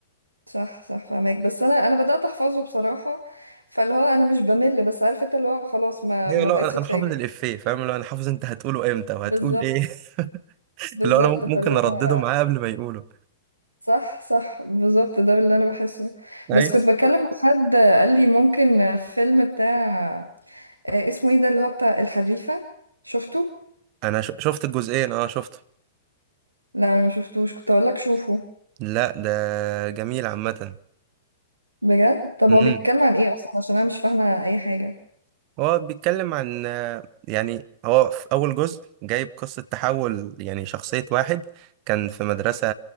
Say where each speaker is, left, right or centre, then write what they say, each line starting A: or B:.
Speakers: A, on the right; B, on the right.
A: صح صح فاهماك بس أنا أنا بدأت أحفظه بصراحة فاللي هو أنا مش بمل بس عارف أنت اللي هو خلاص ما
B: أيوة
A: ما
B: لا
A: بقتش
B: أنا
A: أتفاجئ
B: أنا حافظ الإفيه فاهم لو أنا حافظ أنت هتقوله إمتى وهتقول
A: بالظبط
B: إيه <laughs>
A: بالظبط
B: اللي هو أنا ممكن
A: فاللي هو
B: أردده معاه قبل ما يقوله
A: صح صح بالظبط ده اللي أنا بحسه
B: ايوه
A: بس كنت بتكلم مع <laughs> حد قال لي ممكن فيلم بتاع آه، اسمه إيه ده اللي هو بتاع الحريفة شفته؟
B: انا ش- شفت الجزئين اه شفته
A: لا أنا ما شفتوش كنت أقول لك شوفه
B: لا ده جميل عامة
A: بجد طب
B: امم
A: هو بيتكلم عن إيه أصلا عشان أنا مش فاهمة أي حاجة
B: هو بيتكلم عن يعني هو في اول جزء جايب قصة تحول يعني شخصية واحد كان في مدرسة